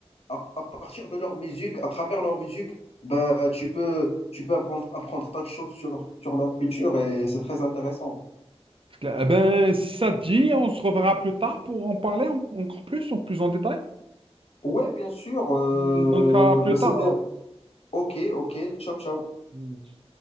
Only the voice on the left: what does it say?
à, à partir de leur musique, à travers leur musique, bah, tu peux, tu peux apprendre, apprendre tas de choses sur, sur leur culture et c'est très intéressant.
Ouais, bien sûr, euh,
bah, c'était
OK, OK, ciao, ciao.